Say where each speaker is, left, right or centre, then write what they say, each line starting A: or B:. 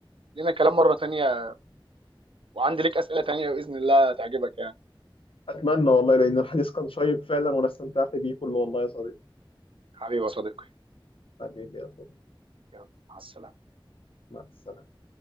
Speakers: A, on the right (about 80°); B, on the left (about 85°).
A: لنا كلام مرة تانية وعندي ليك اسئله تانيه باذن الله تعجبك يعني
B: اتمنى والله لان الحديث كان شيق فعلا وانا استمتعت بيه كله والله يا صديقي
A: حبيبي يا صديقي
B: حبيبي يا صديقي
A: يلا مع السلامه
B: مع السلامه